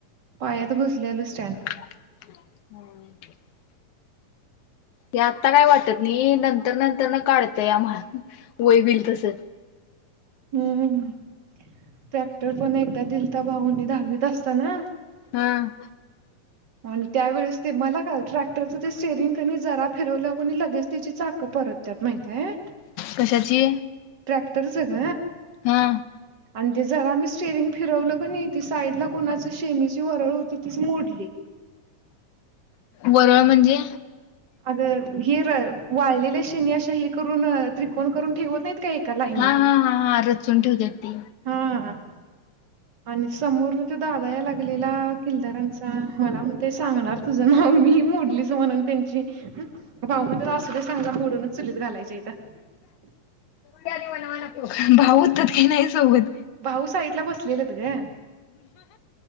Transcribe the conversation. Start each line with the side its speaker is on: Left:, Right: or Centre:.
Right: पायात घुसल्यालचं.
Left: <unintelligible> ते आता काय वाटत नाही नंतर नंतर न काढतया मा वय व्हिल तसं.
Right: हम्म ट्रॅक्टर पण एकदा दिलता भाऊनी दाहावीत असताना
Left: हम.
Right: आणि त्यावेेळेस ते मला का ट्रॅक्टरचं ते स्टेरिंग कणी जरा फिरवल्यावर कणी लगेच त्याची चाक. परत्यात माहिताय
Left: कशाची?
Right: ट्रॅक्टरच ग.
Left: हा
Right: आणि ते जरा मी स स्टेरिंग फिरवलं कणी, ती साईड ला कुणाची शेनीची वरळ होती तीच मोडली.
Left: वरळ म्हणजे?
Right: अग हे वाळलेले शनी अशा हे करून त्रिकोण करून ठेवत नाहीत काय. का लाईनत,
Left: हा हा हा हा रचून ठेवतात ती.
Right: हा हा आणि समोर. तो दादा या लागलेला किलदारांचा, मला म्हणतोय सांगणार तुझं नाव मी मोडलीच म्हणून त्यांची. भाऊ म्हणत्यात असू दे सांगा जा मोडूनच चुलीत घालायची अहिता.
Left: भाऊ हुत्यात कणी नाही सोबत.
Right: भाऊ साईड ला बसलेलत ग.